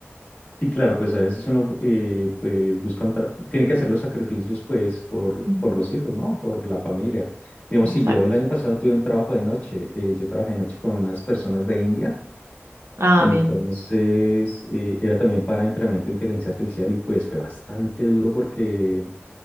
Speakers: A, on the left; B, on the right.
A: Sí, claro, pues a veces uno eh, pues busca, un tra- tiene que hacer los sacrificios pues por,
B: Ujú,
A: por los hijos, ¿no? Por la familia. Digamos,
B: Exacto.
A: si yo el año pasado tuve un trabajo de noche, eh, yo trabajé de noche con unas personas de India,
B: Ah,
A: entonces
B: bien,
A: eh, era también para entrenamiento de inteligencia artificial y pues fue bastante duro porque